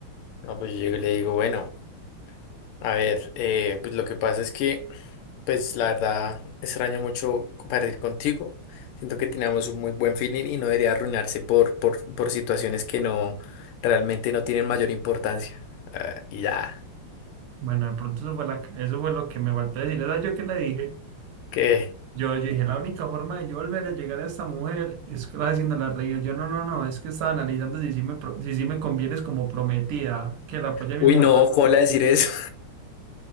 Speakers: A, on the left; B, on the right.
A: No, pues yo le digo, bueno, a ver, eh, pues lo que pasa es que, pues la verdad, extraño mucho compartir contigo. Siento que teníamos un muy buen feeling y no debería arruinarse por, por, por situaciones que no, realmente no tienen mayor importancia. Ah, y ya,
B: Bueno, de pronto eso fue, la, eso fue lo que me faltó decir. ¿Sabes yo qué le dije?
A: que,
B: Yo, yo dije, la única forma de yo volver a llegar a esta mujer es haciéndola reír. Yo, no, no, no, es que estaba analizando si sí me, pro- si sí me convienes como prometida, que la apoye a mi
A: uy,
B: mujer.
A: no, ¿cómo le voy a decir eso?